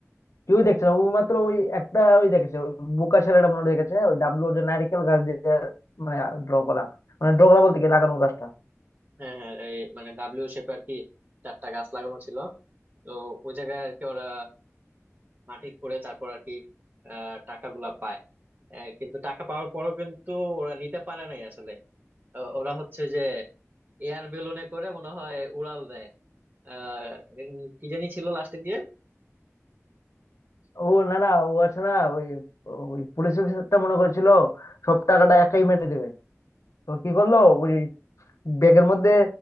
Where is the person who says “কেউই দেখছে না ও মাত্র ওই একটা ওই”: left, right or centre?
Left